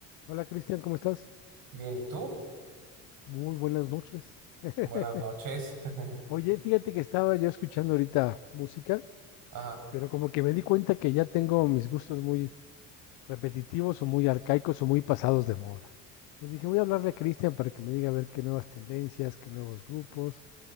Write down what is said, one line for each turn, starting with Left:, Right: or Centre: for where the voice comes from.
Left: Hola Cristian, ¿cómo estás?
Right: Bien, ¿y tú?
Left: Muy buenas noches. <laughs>
Right: Buenas noches. <laughs>
Left: Oye, fíjate que estaba yo escuchando ahorita música,
Right: Ajá.
Left: pero como que me di cuenta que ya tengo mis gustos muy repetitivos o muy arcaicos o muy pasados de moda. Entonces dije, voy a hablarle a Cristian para que me diga a ver qué nuevas tendencias, qué nuevos grupos,